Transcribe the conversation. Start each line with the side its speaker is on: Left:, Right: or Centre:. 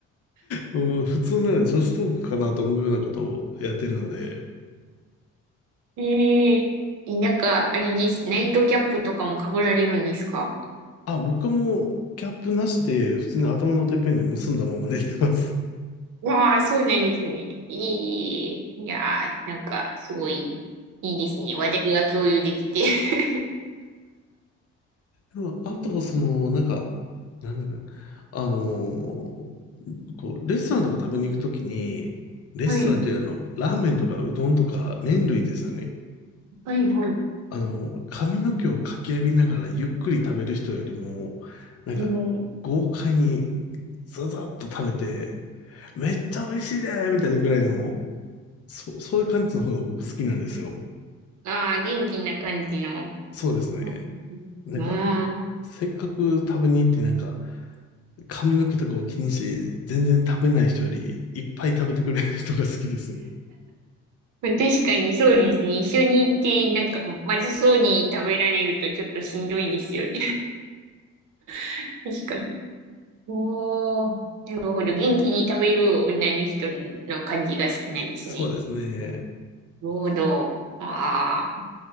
Left: もう普通なら女子トークかなと思うようなことをやってるので。
Right: え、えー、なんか、あれです。ナイトキャップとかも被られるんですか
Left: あ、僕もキャップなしで普通に頭のてっぺんで結んだまま寝てます。
Right: わあ、そうなんですね。いい。いやー、なんか、すごい、いいですね。話題が共有できて。<laughs>
Left: でもあとはその、
Right: うん
Left: なんか、なんだかあのーこう、レストランとか食べに行くときに、レストランというよりあの、
Right: はい、
Left: ラーメンとかうどんとか麺類ですよね。
Right: はい、はい。
Left: あの、髪の毛をかき上げながらゆっくり食べる人よりも、なんか、
Right: うん、
Left: 豪快にザザッと食べて、めっちゃ美味しいねみたいなぐらいの、そ、そういう感じの方が僕好きなんですよ。
Right: ああ、元気な感じの。
Left: そうですね。
Right: うん、
Left: なんか、
Right: うん
Left: せっかく食べに行ってなんか、髪の毛とかを気にして全然食べない人より、いっぱい食べてくれる人が好きですね。
Right: まあ確かにそうですね。一緒に行って、なんか、まずそうに食べられるとちょっとしんどいですよね。<laughs> 確かに。おー、なるほど。元気に食べる女の人の感じが好きなんですね。
Left: そうですね。
Right: なるほど。ああ。